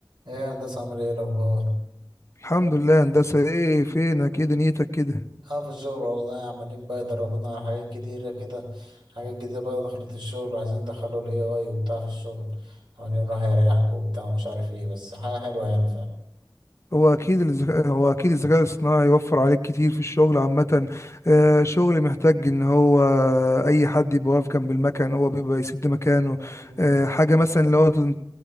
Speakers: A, on the right; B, on the left.
A: ايه يا هندسة عامل ايه الأخبار؟
B: الحمد لله هندسة ايه فينك ايه دنيتك كده
A: اه في الشغل والله عمالين بقى يدربونا على حاجات كتيرة كده حاجات جديدة بقى دخلت الشغل عايزين ندخلوا ال AI وبتاع في الشغل عمالين يقولوا هيريحكوا وبتاع ومش عارف ايه بس حاجة حلوة يعني
B: هو اكيد الذكاء هو اكيد الذكاء الصناعي يوفر عليك كتير في الشغل عامة آه، شغل محتاج ان هو اي حد يبقى واقف جنب المكن هو بيبقى يسد مكانه
A: فاهم
B: آه، حاجة مثلا اللي هو تت-